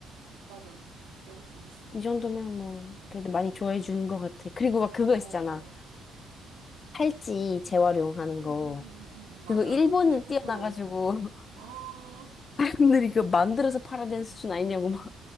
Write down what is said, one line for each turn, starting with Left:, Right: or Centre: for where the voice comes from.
Right: 맞아. 여섯 번 했어.
Left: 이 정도면 뭐 그래도 많이 좋아해 준 것 같아 그리고 막 그거
Right: 어, 어.
Left: 있잖아 팔찌 재활용하는
Right: 응,
Left: 거
Right: 응, 응, 응, 응. 맞아.
Left: 그거 일본을
Right: 99%.
Left: 뛰어나가지고 <laughs>
Right: 어,
Left: 사람들이 이거 만들어서 팔아야 되는 수준 아니냐고 막